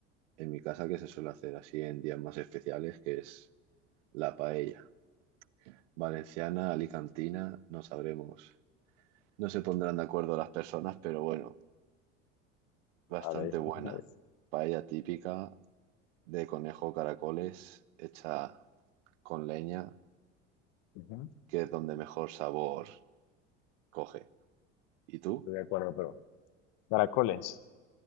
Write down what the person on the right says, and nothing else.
en mi casa, que se suele hacer así en días más especiales, que es la paella. Valenciana, Alicantina, no sabremos. No se pondrán de acuerdo las personas, pero bueno, bastante
buena.
Paella típica de conejo caracoles, hecha con leña,
que es donde mejor sabor coge. ¿Y tú?